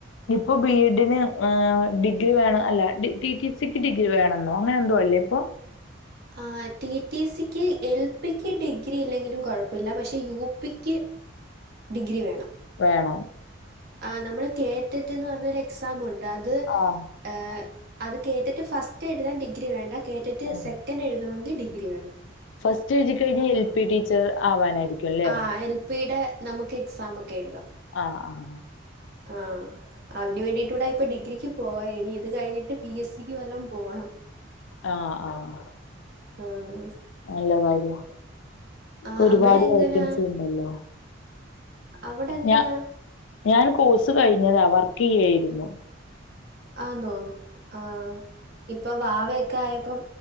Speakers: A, on the left (about 70°); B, on the right (about 55°).
A: ഇപ്പേ ബി എ ഡിന് ഏ ഡിഗ്രി വേണം അല്ല ടി ടി സിക്ക് ഡിഗ്രി വേണെന്നോ അങ്ങനെ എന്തോ അല്ലെപ്പൊ.
B: ആഹ് ടി ടി സിക്ക് എൽ പിക്ക് ഡിഗ്രി ഇല്ലെങ്കിലും കെഴപ്പല്ല പക്ഷേ യു പിക്ക് ഡിഗ്രി വേണം.
A: വേണം.
B: ആഹ് നമ്മള് കേതെറ്റ്ന്ന് പറഞ്ഞെരു എക്സാമ്ണ്ട് അത്.
A: ആഹ്
B: ഏ അത് കേട്ടിട്ട് ഫസ്റ്റെഴുതാൻ ഡിഗ്രി വേണ്ട കേ തെറ്റ്
A: ആഹ്
B: സെക്കെൻ്റ് എഴുതണെങ്കി ഡിഗ്രി വേണം.
A: ഫസ്റ്റ് എഴുതികഴിഞ്ഞാൽ എൽ പി ടീച്ചർ ആവാനായിരിക്കും. അല്ലേ
B: ആഹ് എൽ പി ടെ നമുക്ക് എക്സാമെക്കെ എഴുതാ
A: ആഹ് ആഹ്.
B: ആഹ് അതിനു വേണ്ടിയിട്ടൂടായിപ്പ ഡിഗ്രിക്ക് പോയേനിത് കഴിഞ്ഞിട്ട് പി എസ് സി ക്ക് വല്ലേം പോണം.
A: ആഹ് ആഹ്
B: ആഹ്
A: നല്ല കാര്യാ
B: ആഹ്
A: ഒരുപാട്
B: അവിടെ എങ്ങനാ
A: വേക്കൻസി ണ്ടല്ലോ
B: അവിടെ എങ്ങനാ
A: ഞാ ഞാൻ കോഴ്സ് കഴിഞ്ഞതാ വർക്ക് ചെയ്യായിരുന്നു.
B: ആന്നോ ആഹ് ഇപ്പൊ വാവയൊക്കെ ആയപ്പേ